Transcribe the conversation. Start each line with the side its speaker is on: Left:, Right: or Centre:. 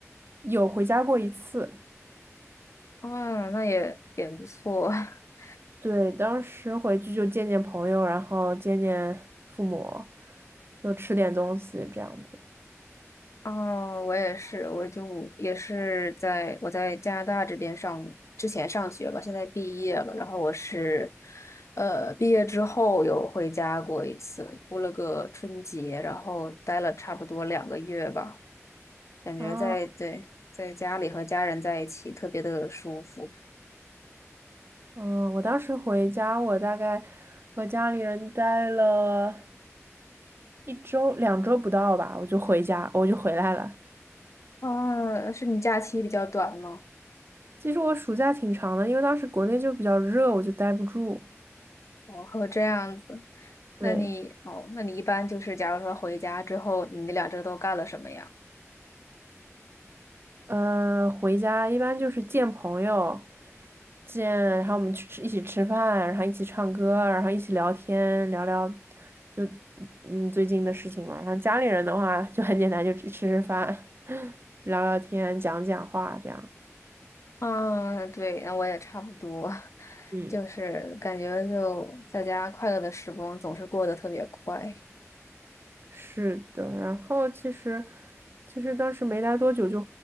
Right: 有回家过一次。
Left: 啊，那也也不错。<laughs>
Right: 对，当时回去就见见朋友，然后见见父母，就吃点东西这样子。
Left: 啊。我也是，我就也是在我在加拿大这边上，之前上学吧，现在毕业了。然后我是，呃，毕业之后有回家过一次，过了个春节，然后待了差不多两个月吧，感觉在对在家里和家人在一起特别的舒服。
Right: 啊，嗯，我当时回家，我大概和家里人待了一周、两周不到吧，我就回家，我就回来了。
Left: 啊，是你假期比较短吗？
Right: 其实我暑假挺长的，因为当时国内就比较热，我就待不住。
Left: 哦，还有这样子，那你哦，
Right: 对。
Left: 那你一般就是假如说回家之后，你那两周都干了什么呀？
Right: 呃，回家一般就是见朋友，见，然后我们去吃，一起吃饭，然后一起唱歌，然后一起聊天，聊聊就嗯最近的事情嘛。然后家里人的话就很简单，就吃吃饭，<laughs> 聊聊天，讲讲话这样。
Left: 啊，对，那我也差不多，<laughs>
Right: 嗯，
Left: 就是感觉就在家快乐的时光总是过得特别快。
Right: 是的。然后其实其实当时没待多久就